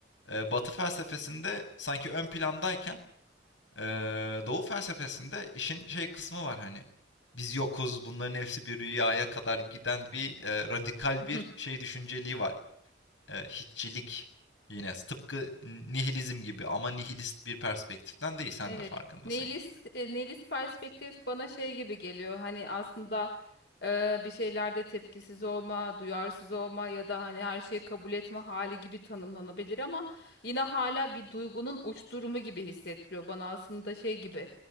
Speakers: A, on the left; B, on the left.
A: e, Batı felsefesinde sanki ön plandayken e, Doğu felsefesinde işin şey kısmı var hani biz yokuz bunların hepsi bir rüyaya kadar giden bir e, radikal
B: <laughs>
A: bir şey düşünceliği var e, hiççilik yine tıpkı nihilizm gibi ama nihilist bir perspektiften değil sen
B: Evet.
A: de farkındasın
B: Nihilist,
A: ki.
B: e, nihilist perspektif bana şey gibi geliyor. Hani aslında e, bir şeylerde tepkisiz olma, duyarsız olma ya da hani her şeyi kabul etme hali gibi tanımlanabilir ama yine hala bir duygunun uç durumu gibi hissettiriyor bana aslında şey gibi